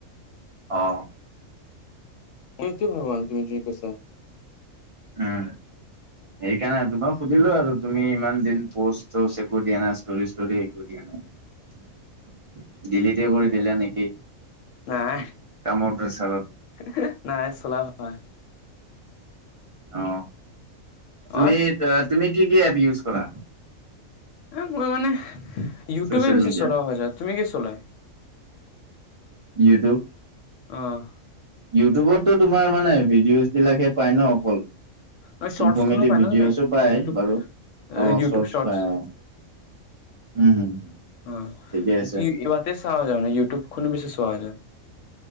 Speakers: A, on the right; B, on the left.
A: অহ।
B: অ তেওঁটো ভগৱান তুমি যি কৈছা।
A: উম সেইকাৰণে তোমাক সুধিলো আৰু তুমি ইমান দিন পষ্ট -চষ্ট একো দিয়া নাই ষ্টৰি - ষ্টৰি একো দিয়া নাই। দিলিতে কৰি দিলা নেকি?
B: নাই।
A: কামৰ প্ৰেছাৰত
B: <unintelligible> নাই চলা হয়।
A: অহ, তুমি
B: অৰ
A: -তুমি, কি -কি এপ ইউজ কৰা?
B: ই মই মানে ইউটিউবে
A: চচিয়েল
B: বেছি
A: মিডিয়া
B: চলোৱা হৈ যায়। তুমি কি চলাই?
A: ইউটিউব
B: অহ
A: ইউটিউবততো তোমাৰ মানে ভিডিঅ'জ বিলাকে পায় ন' অকল।
B: নহয় শৰ্টছ
A: ইনফৰমেটিভ
B: খনো পাই
A: ভিডিঅ'ছো
B: ন তুমি
A: পায়
B: ইউটিউব
A: বাৰু অহ
B: ইউটিউব
A: চৰ্টছ
B: শৰ্টছ
A: পায় অহ। উম
B: অহ,
A: ঠিকে আছে
B: ইবাতে চাৱা যায়, মানে ইউটিউবখনো বেছি চোৱা যায়।